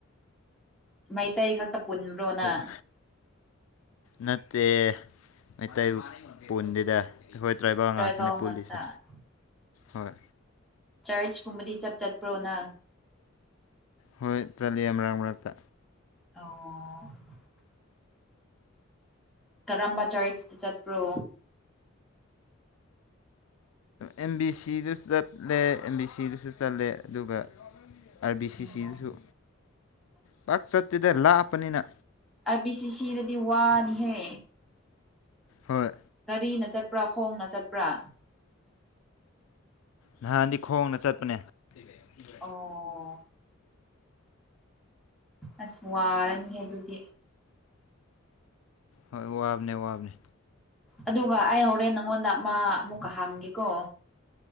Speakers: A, in the centre; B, on the left.
A: ꯃꯩꯇꯩ ꯈꯛꯇ ꯄꯨꯟꯕ꯭ꯔꯣ ꯅꯥ
B: ꯑꯣ ꯅꯠꯇꯦ ꯃꯩꯇꯩꯕꯨ ꯄꯨꯟꯗꯦꯗꯥ ꯑꯩꯈꯣꯏ ꯇꯔꯥꯏꯕꯔꯦꯜ
A: ꯇ꯭ꯔꯥꯏꯕꯦꯜ
B: ꯉꯥꯛꯇꯅꯦ
A: ꯉꯥꯛꯇ
B: ꯄꯨꯜꯂꯤꯁꯦ ꯍꯣꯏ
A: ꯆꯥꯔꯁꯀꯨꯝꯕꯗꯤ ꯆꯠ ꯆꯠꯄ꯭ꯔꯣꯅ
B: ꯍꯣꯏ ꯆꯠꯂꯦ ꯑꯃꯔꯛ ꯑꯃꯔꯛꯇ
A: ꯑꯣ ꯀꯔꯝꯕ ꯆꯥꯔꯁ ꯇ ꯆꯠꯄ꯭ꯔꯣ
B: ꯑꯦꯝ ꯕꯤ ꯁꯤꯗꯁꯨ ꯆꯠꯂꯦ ꯑꯦꯝ ꯕꯤ ꯁꯤꯗꯨꯁꯨ ꯆꯠꯂꯦ ꯑꯗꯨꯒ ꯑꯥꯔ ꯕꯤ
A: ꯎꯝ
B: ꯁꯤ ꯁꯤꯗꯁꯨ ꯄꯥꯛ ꯆꯠꯇꯦꯗ ꯂꯥꯞꯄꯅꯤꯅ
A: ꯑꯥꯔꯕꯤ ꯁꯤ ꯁꯤꯗꯗꯤ ꯋꯥꯅꯤꯍꯦ
B: ꯍꯣꯏ
A: ꯒꯥꯔꯤꯅ ꯆꯠꯄ꯭ꯔꯥ ꯈꯣꯡꯅ ꯆꯠꯄ꯭ꯔꯥ
B: ꯅꯍꯥꯟꯗꯤ ꯈꯣꯡꯅ ꯆꯠꯄꯅꯦ <unintelligible>
A: ꯑꯣ ꯑꯁ ꯋꯥꯔꯅꯤꯍꯦ ꯑꯗꯨꯗꯤ
B: ꯍꯣꯏ ꯋꯥꯕꯅꯦ ꯋꯥꯕꯅꯦ
A: ꯑꯗꯨꯒ ꯑꯩ ꯍꯣꯔꯦꯟ ꯅꯪꯉꯣꯟꯗ ꯃꯥ ꯑꯃꯨꯛꯀ ꯍꯥꯡꯒꯦꯀꯣ